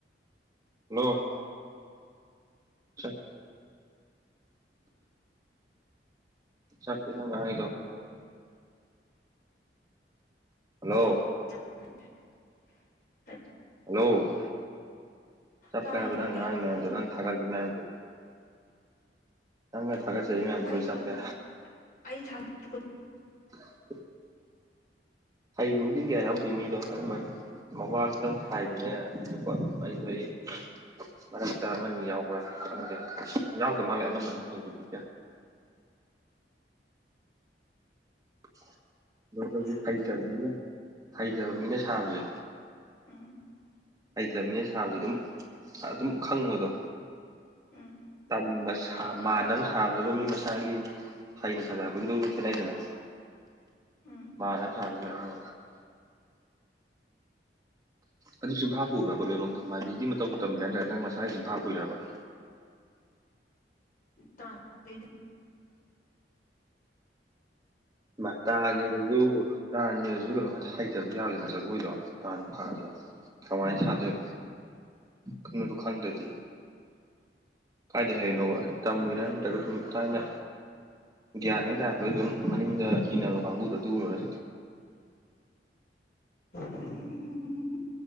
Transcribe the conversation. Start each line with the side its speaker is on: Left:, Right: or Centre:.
Right: ꯍꯜꯂꯣ ꯁꯦ ꯁꯞꯇꯤ ꯂꯪ ꯉꯅꯤꯗ ꯍꯜꯂꯣ
Left: <inaudible>
Right: ꯍꯜꯂꯣ ꯆꯞꯄꯦ
Left: ꯇꯥꯏꯅꯦ
Right: ꯍꯥꯏꯕ ꯅꯪ
Left: ꯑꯦ
Right: ꯉꯥꯏ ꯃꯌꯥꯝꯗꯣ ꯅꯪ ꯊꯥꯒꯠꯂꯤ ꯃꯌꯥꯝꯗꯣ ꯊꯪꯉꯦ
Left: ꯈꯪꯗꯦ
Right: ꯊꯥꯒꯠꯆꯔꯤ ꯃꯌꯥꯝꯗꯣ
Left: ꯑꯩ
Right: ꯂꯣꯏ
Left: ꯊꯥꯛꯇꯦ
Right: ꯆꯠꯄꯦ
Left: ꯑꯩ ꯊꯥꯛꯇꯦ
Right: <inaudible> ꯍꯩꯕꯕꯨꯗꯤ ꯀꯌꯥ ꯌꯥꯎꯗꯦ ꯃꯤꯗꯣ ꯑꯗꯨꯝꯕ ꯃꯕꯥ ꯈꯗꯪ ꯁꯥꯏꯗꯅꯦ ꯑꯗꯨꯒꯇꯄ ꯃꯔꯤ ꯃꯔꯤ <inaudible> ꯃꯔꯛꯇ ꯑꯃꯅꯤ ꯌꯥꯎꯕ꯭ꯔꯥ ꯈꯪꯗꯦ ꯌꯥꯎꯗ ꯃꯥꯜꯂꯦ ꯑꯅꯝꯕꯅ ꯍꯩꯕꯗꯤ ꯀꯌꯥ <inaudible> ꯑ ꯑꯩꯈꯣꯏꯒꯤ
Left: ꯐꯔꯦ
Right: ꯍꯩꯇꯕ
Left: ꯐꯔꯦ
Right: ꯃꯤꯅ ꯍꯩꯇꯕ ꯃꯤꯅ ꯁꯥꯕꯁꯦ
Left: ꯎꯝ
Right: ꯍꯩꯇꯕꯅꯤꯅꯦꯅ ꯁꯥꯕꯁꯨ ꯑꯗꯨꯝ ꯑꯗꯨꯝ ꯈꯪꯕꯗꯣ
Left: ꯎꯝ
Right: ꯆꯝꯕ ꯃꯥꯟꯅꯕ ꯁꯥꯕꯗꯕ ꯃꯤ ꯃꯁꯥꯒꯤ ꯑꯩꯅ ꯁꯥꯖꯔꯛꯄꯗꯨꯗ ꯑꯗꯨꯝ ꯈꯦꯠꯅꯩꯗꯅ
Left: ꯎꯝ
Right: ꯔꯥ ꯁꯜ ꯃ ꯑꯗꯨ ꯁꯐꯥ ꯄꯨꯕ꯭ꯔꯕ ꯂꯣꯏꯅꯛꯇ ꯃꯥꯏꯕꯤꯒꯤ ꯃꯇꯧ ꯇꯝꯃꯤ ꯅꯠꯇ꯭ꯔꯒ ꯅꯪ ꯃꯁꯥꯒꯤ ꯁꯐꯥ ꯄꯨꯨꯏꯔꯕ <inaudible>
Left: ꯇꯥꯟꯔꯤ
Right: ꯃꯥꯇꯥꯅꯤꯁꯨꯨ ꯇꯥꯅꯤꯔꯁꯨ ꯀꯩꯅꯣ ꯍꯩꯇꯕ ꯌꯥꯔꯣꯏꯗꯅ ꯖꯒꯣꯏꯗꯣ ꯇꯥ ꯈꯥꯔꯁꯨ ꯀꯃꯥꯏꯅ ꯁꯥꯗꯣꯏꯦ ꯀꯣꯗꯨ ꯈꯥꯟꯗꯦꯗꯤ ꯀꯥꯏꯗꯩ ꯍꯣꯏꯅꯣꯕ
Left: ꯑꯗꯨꯝ
Right: ꯇꯝꯃꯣꯏꯔꯥ
Left: ꯈꯪꯉꯛꯑꯦ
Right: ꯅꯗ꯭ꯔꯒ ꯁꯨꯝ ꯊꯥꯏꯅ ꯒ꯭ꯌꯥꯟ ꯍꯥꯏ ꯇꯥꯔꯄ ꯑꯩ ꯑꯗꯨꯝ ꯃꯅꯤꯡꯗ ꯏꯟꯅꯕ ꯀꯥꯡꯕꯨꯗ ꯇꯨꯕ <inaudible>
Left: <inaudible>